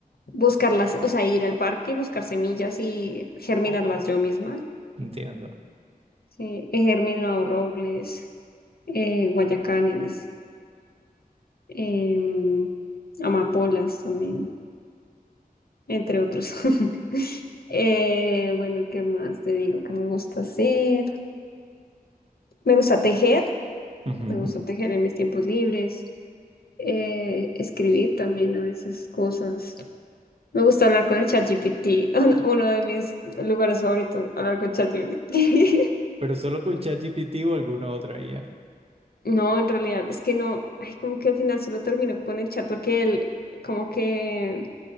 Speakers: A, on the left; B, on the right.
A: buscarlas, o sea, ir al parque y buscar semillas y germinarlas
B: Oh,
A: yo misma.
B: entiendo.
A: Sí, he germinado robles, eh, guayacanes, em, amapolas también, entre otros. <laughs> Eh, bueno, ¿qué más te digo que me gusta hacer? Me gusta tejer,
B: Ujú,
A: me gusta tejer en mis tiempos libres, eh, escribir también a veces cosas. Me gusta hablar con el ChatGPT, <laughs> un- uno de mis lugares favoritos, hablar con ChatGPT, <laughs>
B: Pero solo con ChatGPT o alguna otra IA.
A: No, en realidad es que no, ay, como que al final solo termino con el chat porque él como que